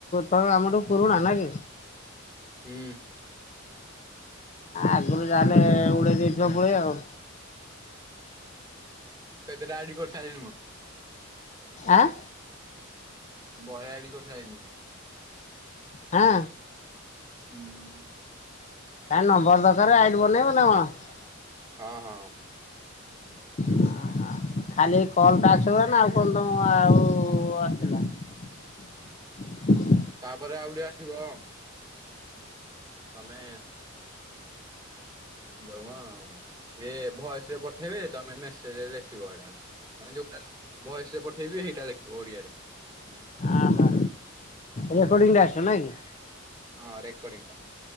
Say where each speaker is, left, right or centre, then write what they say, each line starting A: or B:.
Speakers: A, on the left; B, on the right.
A: ତମ ଆମଠୁ ପୁରୁଣା ନା କି?
B: ହୁଁ।
A: ଆଗରୁ ଯାହେଲେ ଉଡେଇ ଦେଇଥିବ ପୁଳେ ଆଉ।
B: କେତେ ଟା ଆଇଡି କରିସାରିଲିଣୀ ମୁଁ।
A: ଆଁ।
B: ବହେ ଆଇଡି କରିସାରିଲେଣି।
A: ହଁ।
B: ହୁଁ।
A: <unintelligible> ନମ୍ବର ଦରକାର ବନେଇବ ନା କଣ?
B: ହଁ ହଁ।
A: <inaudible> ଖାଲି କଲ ଟା ଅଛି ନା ଆଉ କଣ ତମ ଆଉ ଆସିଥିଲା? <inaudible>
B: ତାପରେ ଆଉ ଗୋଟେ ଆସିବ। ତମେ ଜମା ସିଏ ଭଏସ ରେ ପଠେଇବେ ତମେ ମେସେଜରେ ଦେଖିବ ଏଇଟା ମାନେ ଯୋଉଟା ଭଏସ ରେ ପଠେଇବି ସେଇଟା ଲେଖିବ ଓଡିଆରେ
A: ଆହୋ ରେକର୍ଡିଂ ଟା ଆସିବ ନାଇଁ କି?
B: ହଁ ରେକୋର୍ଡିିଙ୍ଗଟା।